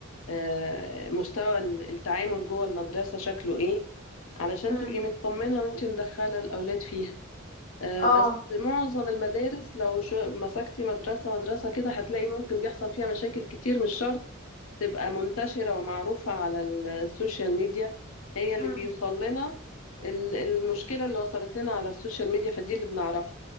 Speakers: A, on the left; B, on the left.
A: آه، مستوى ال- التعامل جوه المدرسة شكله ايه علشان
B: مم.
A: تبقي مطمنة وانت مدخلة الأولاد فيها آه،
B: اه
A: بس معظم المدارس لو شو- مسكتي مدرسة مدرسة كده هتلاقي ممكن بيحصل فيها مشاكل كتير مش شرط تبقى منتشرة ومعروفة على السوشيال ميديا هي اللي
B: مم.
A: بيوصل لنا ال- المشكلة اللي وصلت لنا على السوشيال ميديا فدي اللي بنعرفها